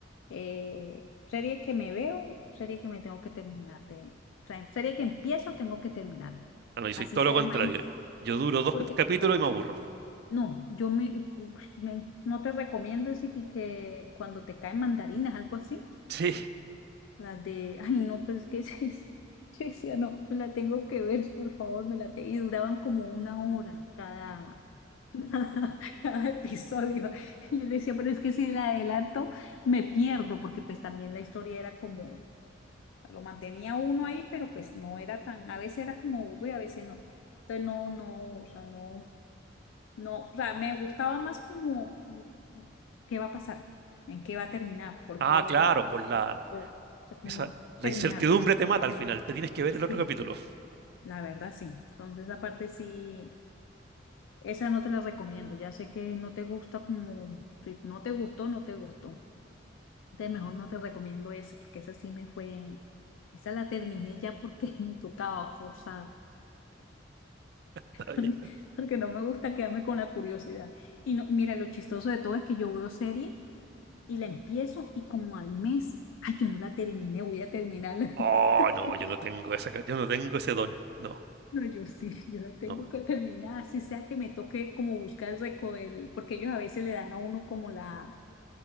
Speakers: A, on the left (about 80°); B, on the right (about 55°).
A: Eh, serie que me veo, serie que me tengo que terminar de, o sea, serie que empiezo, tengo que terminar.
B: Ah, no, yo
A: Así
B: soy todo
A: sea
B: lo contrario.
A: malísimo.
B: Yo duro dos
A: Porque,
B: capítulos y me aburro.
A: no, yo me, no, no te recomiendo ese que, que cuando te caen mandarinas, algo así.
B: Sí.
A: La de, ay, no, pero es que <laughs> es, es- yo decía, no, me la tengo que ver, por favor, me la te... Y duraban como una hora cada, <laughs> Cada episodio. Y Yo le decía, pero es que si la adelanto, me pierdo, porque pues también la historia era como, lo mantenía uno ahí, pero pues no era tan, a veces era como aburrido, a veces no. Entonces no, no, o sea, no, no, o sea, me gustaba más como mm, qué va a pasar, en qué va a terminar, por
B: Ah,
A: qué,
B: claro,
A: es-
B: por la,
A: o sea, como
B: esa, la
A: terminarla.
B: incertidumbre te mata al final. Te tienes que ver
A: Sí,
B: el otro capítulo.
A: la verdad sí. Entonces aparte sí. Esa no te la recomiendo. Ya sé que no te gusta como, si no te gustó, no te gustó. De mejor
B: Sí.
A: no te recomiendo esa, porque esa sí me fue, esa la terminé ya porque <laughs> me tocaba forzada. <laughs>
B: Está bien.
A: Porque, porque no me gusta quedarme con la curiosidad. Y no, mira, lo chistoso de todo es que yo veo serie y la empiezo y como al mes, ay, yo no la terminé, voy a terminarla.
B: Oh,
A: <laughs>
B: no, yo no tengo esa, ca- yo no tengo ese don. No,
A: No, yo sí, yo la tengo
B: no, no.
A: que terminar, así sea que me toque como buscar el, reco- el- porque ellos a veces le dan a uno como la